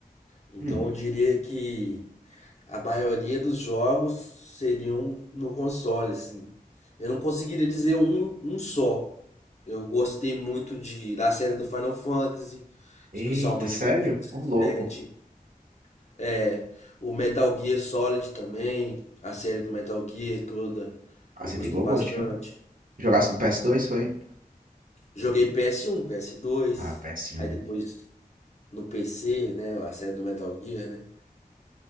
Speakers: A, on the left; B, on the right.
A: Então
B: Hum.
A: eu diria que a maioria dos jogos seriam no console assim. Eu não conseguiria dizer um, um só. Eu gostei muito de da série do Final Fantasy, especialmente
B: Eita, sério?
A: Final Fantasy
B: Ô, louco.
A: VII. É, o Metal Gear Solid também, a série do Metal Gear toda,
B: Ah,
A: eu
B: você
A: gostei
B: tem bom
A: bastante.
B: gosto, viu? Jogasse no ps dois foi?
A: Joguei PS1, PS2,
B: Ah, ps
A: aí
B: um
A: depois no PC, né, a série do Metal Gear, né?